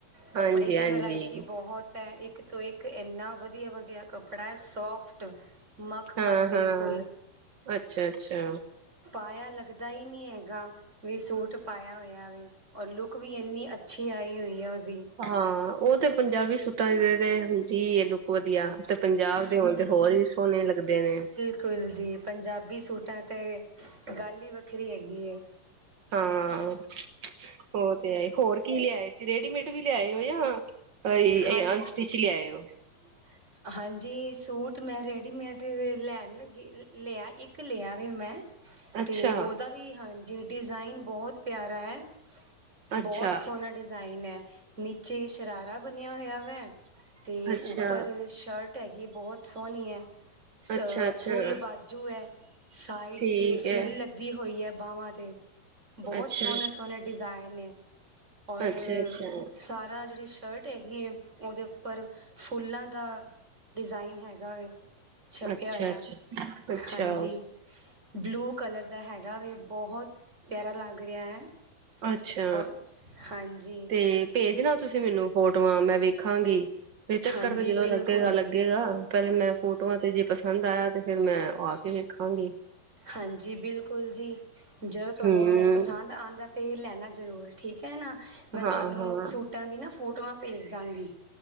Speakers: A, on the right; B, on the right.
A: ਕੱਪੜੇ
B: ਹਾਂਜੀ-ਹਾਂਜੀ,
A: ਦੀ ਵਰਾਇਟੀ ਬਹੁਤ ਤੈ ਇੱਕ ਤੋਂ ਇੱਕ, ਇੰਨਾ ਵਧੀਆ-ਵਧੀਆ ਕੱਪੜਾ ਐ ਸੌਫਟ। ਮਖਮਲ,
B: ਹਾਂ-ਹਾਂ,
A: ਬਿਲਕੁਲ।
B: ਅੱਛਾ-ਅੱਛਾ।
A: ਪਾਇਆ ਲੱਗਦਾ ਹੀ ਨੀ, ਹੇਗਾ। ਵੀ ਸੂਟ ਪਾਇਆ ਹੋਇਆ ਵੇ, ਔਰ ਲੁੱਕ ਵੀ ਇੰਨੀ ਅੱਛੀ ਆਈ ਹੋਈ ਹੈ, ਉਹਦੀ।
B: ਹਾਂ, ਉਹ ਤੇ ਪੰਜਾਬੀ ਸੂਟਾਂ ਦੀ, ਤੇ ਹੁੰਦੀ ਏ ਲੁੱ ਵਧੀਆ, ਤੇ ਪੰਜਾਬ ਦੇ ਹੋਨ ਤੇ, ਹੋਰ ਵੀ ਸੋਹਣੇ ਲੱਗਦੇ ਨੇ।
A: ਬਿਲਕੁੁਲ ਜੀ ਪੰਜਾਬੀ ਸੂਟਾਂ ਤੇ, ਗੱਲ ਹੀ ਵੱਖਰੀ ਹੈਗੀ ਏ।
B: ਹਾਂ ਉਹ ਤੇ ਹੈ ਹੋਰ ਕੀ ਲਿਆਏ ਸੀ ਰੇਡੀਮੇਡ ਵੀ ਲਿਆਏ ਹੋ ਯਾ <unintelligible>
A: ਹਾਂ
B: ਅਨਸਟਿਚ ਲਿਆਇ ਓ
A: <inaudible> ਹਾਂਜੀ ਸੂਟ ਮੈਂ ਰੈਡੀਮੇਡ ਲੈਣ ਲੱਗੀ ਲਿਆ ਇੱਕ ਲਿਆ ਵੇ ਮੈਂ।
B: ਅੱਛਾ
A: ਤੇ ਓਦਾ ਵੀ ਹਾਂਜੀ ਡਿਜ਼ਾਇਨ ਬਹੁਤ ਪਿਆਰਾ ਹੈ।
B: ਅੱਛਾ
A: ਬਹੁਤ ਸੋਹਣਾ ਡਿਜ਼ਾਇਨ ਹੈ ਨੀਚੇ ਸ਼ਰਾਰਾ ਬਣਿਆ ਹੋਇਆ ਵੈ। ਤੇ
B: ਅੱਛਾ
A: ਉੱਪਰ ਸ਼ਰਟ ਹੈਗੀ ਬਹੁਤ ਸੋਹਣੀ ਹੈ ਸ
B: ਅੱਛਾ ਅੱਛਾ
A: ਫੁੱਲ ਬਾਜ ਜੂ ਹੈ ਸਾਈਡ
B: ਠੀਕ
A: ਤੇ ਫਰਿਲ
B: ਹੈ
A: ਲੱਗੀ ਹੋਈ ਹੈ ਬਾਹਵਾਂ ਤੇ। ਬਹੁਤ
B: ਅੱਛਾ
A: ਸੋਹਣੇ ਸੋਹਣੇ ਡਿਜ਼ਾਇਨ ਨੇ ਔਰ
B: ਅੱਛਾ ਅੱਛਾ
A: ਸਾਰਾ ਜਿਹੜੀ ਸ਼ਰਟ ਹੈਗੀ ਹੈ ਉਹਦੇ ਉੱਪਰ ਫੁੱਲਾਂ ਦਾ। ਡਿਜ਼ਾਇਨ ਹੈਗਾ ਵ ਛਪਿਆ
B: ਅੱਛਾ ਅੱਛਾ
A: ਹੋਇਆ
B: ਅੱਛਾ
A: ਹਾਂਜੀ। ਬਲੂ ਕਲਰ ਦਾ ਹੈਗਾ ਵੇ ਬਹੁਤ ਪਿਆਰਾ ਲੱਗ ਰਿਹਾ ਹੈ।
B: ਅੱਛਾ
A: ਅ ਹਾਂਜੀ।
B: ਤੇ ਭੇਜਣਾ ਤੁਸੀਂ ਮੈਨੂੰ ਫੋਟੋਆਂ ਮੈਂ ਵੇਖਾਂਗੀ ਤੇ ਚੱਕਰ
A: ਹਾਂਜੀ
B: ਤੇ ਜਦੋਂ
A: ਬਿਲਕੁਲ
B: ਲੱਗੇਗਾ ਲੱਗੇਗਾ। ਪਰਹਿਲੇ ਮੈਂ ਫੋਟੋਆਂ, ਤੇ ਜੇਦ ਪਸੰਦ ਆਇਆ ਤੇ ਫੇਿਰ ਮੈਂ ਆ ਕੇ ਵੇਖਾਂਗੀ।
A: ਹਾਂਜੀ ਬਿਲਕੁਲ ਜੀ, ਜਦੋਂ ਤੁਹਾਨੂੰ
B: ਹਮ
A: ਪਸੰਦ ਆਉਂਦਾ ਤੇ ਲੈਣਾ ਜ਼ਰੂਰ। ਠੀਕ ਹੈ ਨਾ, ਮੈਂ ਤੁਹਾਨੂੰ
B: ਹਾਂ ਹਾਂ
A: ਸੂਟਾਂ ਦੀ ਨਾ ਫੋਟੋਆਂ ਭੇਜ ਦਾਂਗੀ।